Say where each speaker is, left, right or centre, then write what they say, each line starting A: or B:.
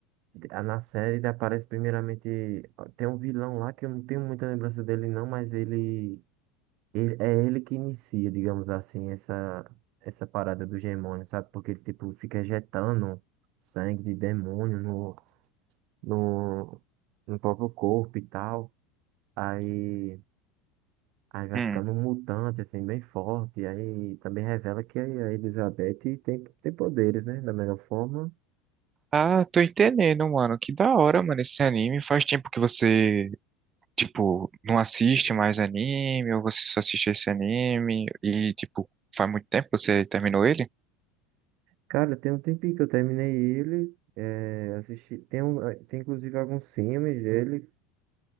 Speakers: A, on the right; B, on the right.
A: Ah, Na série ele aparece primeiramente. Tem um vilão lá que eu não tenho muita lembrança dele, não, mas ele, ele- é ele que inicia, digamos assim, essa, essa parada do demônio, sabe? Porque ele tipo, fica injetando sangue de demônio no, no, no próprio corpo e tal. Aí, aí vai
B: Hum.
A: ficando um mutante, assim, bem forte. Aí também revela que a Elizabeth tem, tem poderes, né? Da melhor forma.
B: Ah, tô entendendo, mano. Que da hora, mano, esse anime. Faz tempo que você, tipo, não assiste mais anime, ou você só assiste esse anime, e, tipo, faz muito tempo que você terminou ele?
A: Cara, tem um tempinho que eu terminei ele. É, assisti, tem, um, eh, tem inclusive alguns filmes dele,